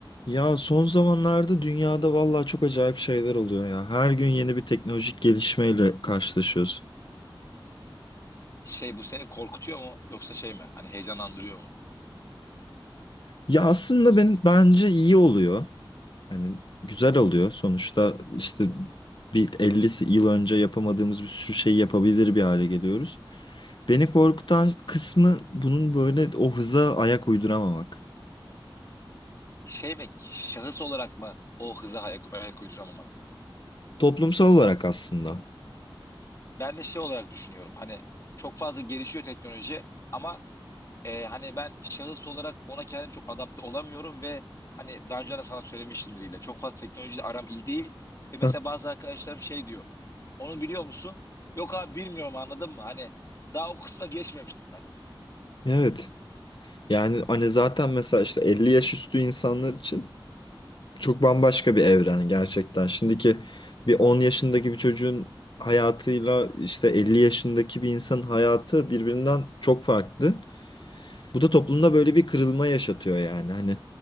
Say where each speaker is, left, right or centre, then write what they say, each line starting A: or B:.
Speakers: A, on the left; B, on the left.
A: Ya son zamanlarda dünyada vallahi çok acayip şeyler oluyor ya. Her gün yeni bir teknolojik gelişmeyle karşılaşıyoruz.
B: Şey bu seni korkutuyor mu yoksa şey mi? Hani heyecanlandırıyor mu?
A: Ya aslında ben bence iyi oluyor. Hani güzel oluyor. Sonuçta işte bir 50 yıl önce yapamadığımız bir sürü şey yapabilir bir hale geliyoruz. Beni korkutan kısmı bunun böyle o hıza ayak uyduramamak.
B: Şey mi? Şahıs olarak mı o hıza ayak, ayak uyduramamak?
A: Toplumsal olarak aslında.
B: Ben de şey olarak düşünüyorum. Hani çok fazla gelişiyor teknoloji ama e, hani ben şahıs olarak ona kendim çok adapte olamıyorum ve hani daha önce de sana söylemişimdir yine. Çok fazla teknolojiyle aram iyi değil. Ve mesela
A: Heh,
B: bazı arkadaşlarım şey diyor. Onu biliyor musun? Yok abi bilmiyorum anladın mı? Hani daha o kısma geçmemiştim ben.
A: Evet. Yani hani zaten mesela işte 50 yaş üstü insanlar için Çok bambaşka bir evren gerçekten. Şimdiki bir 10 yaşındaki bir çocuğun hayatıyla işte 50 yaşındaki bir insanın hayatı birbirinden çok farklı. Bu da toplumda böyle bir kırılma yaşatıyor yani. Hani